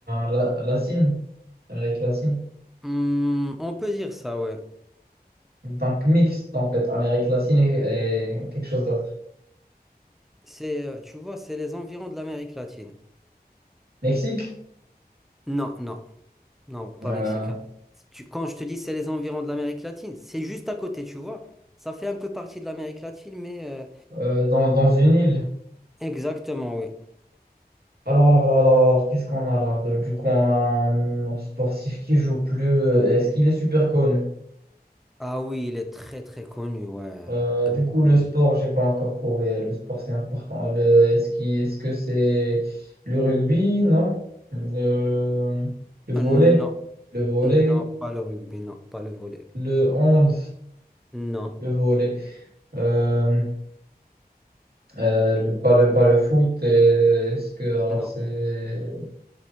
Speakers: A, on the right; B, in the centre.
A: la- latine. Amérique latine.
B: Hmm, on peut dire ça, ouais.
A: Donc mixte en fait. Amérique latine et, et quelque chose d'autre.
B: C'est, euh, tu vois, c'est les environs de l'Amérique latine.
A: Mexique?
B: Non, non. Non, pas
A: Euh,
B: mexicain. Tu- quand je te dis c'est les environs de l'Amérique latine, c'est juste à côté, tu vois. Ça fait un peu partie de l'Amérique latine, mais euh,
A: euh, dans, dans une île.
B: exactement, oui.
A: Alors, alors, alors, alors, alors, alors, qu'est-ce qu'on a là? de- Du coup, on a un sportif qui joue plus. euh, Est-ce qu'il est super connu?
B: Ah oui, il est très très connu, ouais.
A: Euh, du coup,
B: Grandement.
A: le sport, j'ai pas encore trouvé. Le sport, c'est important. Le- Est-ce qui, est-ce que c'est le rugby? Non. Le, le volley?
B: Euh, Non,
A: Le volley?
B: non, pas le rugby, non, pas le volley.
A: Le hand?
B: Non,
A: Le volley. Euh, euh, le, pas, le, pas le foot. euh, Est-ce que, alors,
B: non.
A: c'est...